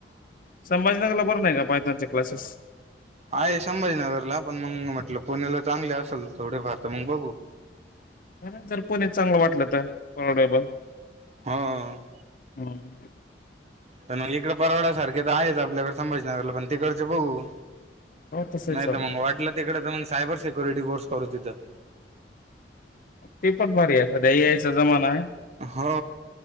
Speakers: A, on the left; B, on the right.
A: संभाजीनगरला बरं नाही का भाजनगरचे क्लासेस
B: आहे संभाजीनगरला पण मग म्हटलं पुण्याला चांगले असेल थोडे फार तर मग बघू
A: र जर पुणी चांगलं वाटलं तर कटेबल
B: हम
A: हम्म
B: पण मग इकड परवाड सारखे तर आहेत आपल्याकडे संभजीनगरला पण ते करचे बघू
A: हो तसही
B: नाही
A: चालतं
B: तर मग वाटलं तिकड तर मग सायबर सेक्युरिटी कोर्स करू तिथं
A: ती पण भारी आहे सध्या या यायचा जमाना आहे
B: हो